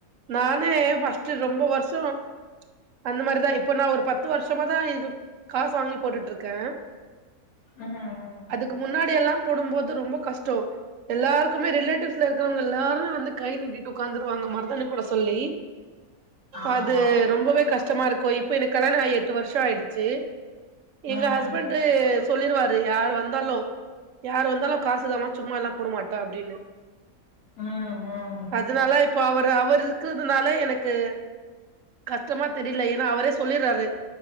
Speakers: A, on the right; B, on the left.
A: நானே ஃபஸ்ட்டு ரெம்ப வர்ஷோ அந்த மாரிதா இப்ப நா ஒரு பத்து வருஷமா தா இது காசு வாங்கி போட்டுட்ருக்கே
B: அ அ அ அ
A: அதுக்கு முன்னாடி எல்லா போடும்போது ரொம்ப கஷ்ட்டோ எல்லாருக்குமே ரிலேட் டிவ்ஸ்ல இருக்கவங்க எல்லாருமே வந்து கை நீட்டிட்டு உக்காந்துருவாங்க மருதாணி போட சொல்லி
B: ஆமா
A: அது ரொம்பவே கஷ்டமா இருக்கு இப்போ எனக்கு கல்யாண ஆயி எட்டு வர்ஷோ ஆயிடுச்சு
B: ம்
A: எங்க ஹஸ்பெண்டு து சொல்லிருவாரு யார் வந்தாலு யார் வந்தாலு காசுதமா சும்மா எல்லா போடமாட்டா அப்டின்னு
B: ஆ ஹான்
A: அதனால இப்போ அவர் அவரு இருக்கறதுனால எனக்கு கஷ்டமா தெரில ஏன்னா அவரே சொல்லிராரு